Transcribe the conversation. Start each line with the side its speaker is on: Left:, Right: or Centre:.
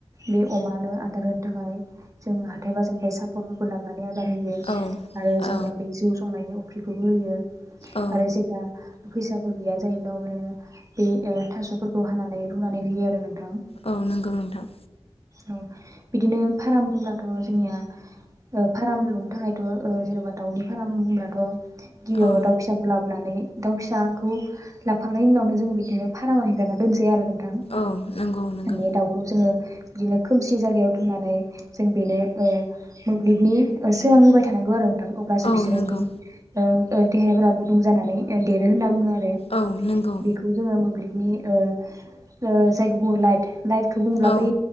Right: बे अमानो आदार होनो थाखाय जों हाथाय बाजारनिफ्राय सापर्फोरखौ लाबोनानै आदर होयो
Left: औ
Right: आरो
Left: औ
Right: बे जौ संनायनि अफ्रिखौबो होयो।
Left: औ
Right: आरो जेब्ला फैसाफोर गैया जायोब्ला अब्लानिया बे ओ थास'फोरखौ हानानै रुनानै होयो आरो। नोंथां
Left: औ। नंगौ नोंथां।
Right: औ। बिदिनो फार्म बुंब्लाथ' जोंनिया? फार्म लुनो थाखायथ' जेनेबा दाउनि फार्म बुंब्लाथ गिबियाव
Left: औ
Right: दाव फिसाखौ लाबो हाबनानै दाउ फिसाखौ लाबोखांनायनि उनावनो जों बिदिनो फाराम आव आगारना दोनसै आरो नोंथां।
Left: औ नंगौ नंगौ
Right: बे दाउखौ जोङो बिदिनो खोमसि जायगायाव दोननानै, जों बेनो ओ मोब्लिबनि सोरां होबाय थानांगौ आरो। अब्लासो
Left: औ
Right: बिसोरनि
Left: नंगौ
Right: ओ देहहाफ्रा गुदुं जानानै देरो होनना बुङो आरो।
Left: औ नंगौ
Right: बेखौ जोङो <unintelligible> ओ जायखौ बुङो लाइथ दाइटखौ बुङोब्ला
Left: औ
Right: बै